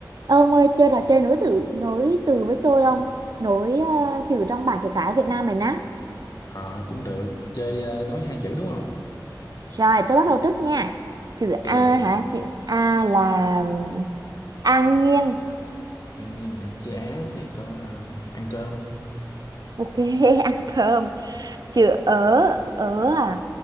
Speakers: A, on the right; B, on the left.
A: Ông ơi chơi trò chơi nối từ nối từ với tôi ông nối ờ, chữ trong bảng chữ cái Việt Nam mình á
B: Ờ cũng được chơi ờ, nói hai chữ đúng không
A: rồi tôi bắt đầu trước nha chữ
B: ok
A: A hả chữ A là ừm, an nhiên
B: an nhiên hả chơi á thì có ờ, ăn cơm
A: ok <laughs> ăn cơm chữ ở ở à